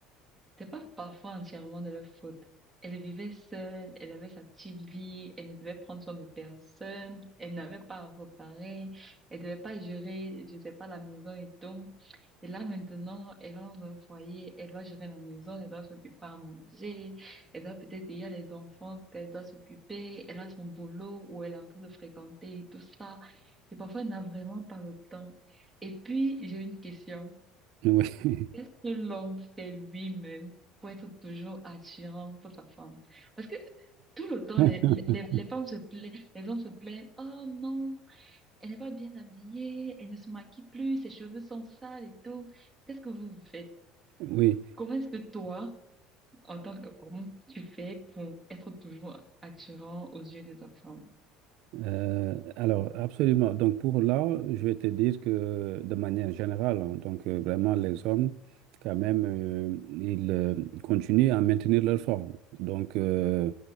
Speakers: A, in the centre; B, on the right.
A: c'était pas parfois entièrement de leur faute. Elle vivait seule, elle avait sa petite vie, elle ne devait prendre soin de personne, elle n'avait pas à reparer, elle devait pas gérer, je sais pas, la maison et tout. Et là, maintenant, elle rentre dans un foyer, elle doit gérer la maison, elle doit s'occuper à manger, elle doit peut-être, il y a les enfants qu'elle doit s'occuper, elle a son boulot où elle est en train de fréquenter et tout ça. Et parfois, elle n'a vraiment pas le temps. Et puis, j'ai une question.
B: <laughs> Oui.
A: Qu'est-ce que l'homme fait lui-même pour être toujours attirant pour sa femme? Parce que tout le temps,
B: <laughs>
A: les, les, les femmes se plaignent, les hommes se plaignent, oh non, elle n'est pas bien habillée, elle ne se maquille plus, ses cheveux sont sales et tout. Qu'est-ce que vous faites?
B: Oui.
A: Comment est-ce que toi, en tant qu'homme, tu fais pour être toujours attirant aux yeux de ta femme?
B: Euh, alors, absolument. Donc, pour là, je vais te dire que de manière générale, hein, donc euh, vraiment, les hommes, quand même, euh, ils euh, continuent à maintenir leur forme. Donc, euh,